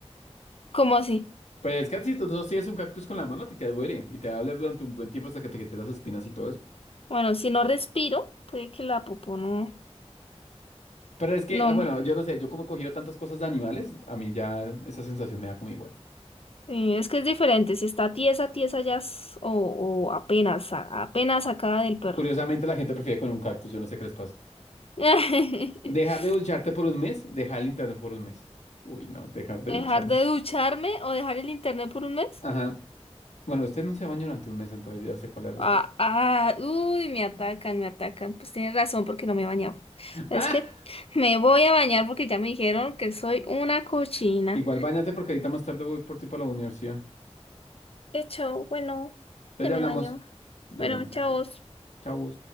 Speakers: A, on the left (about 55°); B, on the left (about 85°).
A: ¿Cómo así?
B: Pero es que si tú sostienes un cactus con la mano, a ti te duele y te va a doler durante un buen tiempo hasta que te quiten las espinas y todo eso.
A: Bueno, si no respiro, puede que la popó no...
B: Pero es que,
A: No,
B: ah, bueno,
A: me-
B: yo no sé, yo como he cogido tantas cosas de animales, a mí ya esa sensación me da como igual.
A: sí, es que es diferente. Si está tiesa, tiesa ya es- o, o apenas, sa- apenas sacada del perro.
B: Curiosamente, la gente prefiere con un cactus, yo no sé qué les pasa.
A: <laughs>
B: Dejar de ducharte por un mes, dejar el internet por un mes. Uy, no, dejar
A: ¿Dejar
B: de ducharme.
A: de ducharme o dejar el internet por un mes?
B: Ajá. Bueno, usted no se baña durante un mes, entonces ya sé cuál es la respuesta.
A: Ah, ah, uy, me atacan, me atacan. Pues tienes razón porque no me he bañado.
B: <laughs>
A: Es
B: ¡Ah!
A: que me voy a bañar porque ya me dijeron que soy una cochina.
B: Igual bañate porque ahorita más tarde voy por ti para la universidad.
A: Eh, chao, bueno,
B: Entonces
A: ya
B: ya
A: me
B: hablamos.
A: baño.
B: Ya
A: Bueno,
B: hablamos.
A: chao.
B: después. Chau.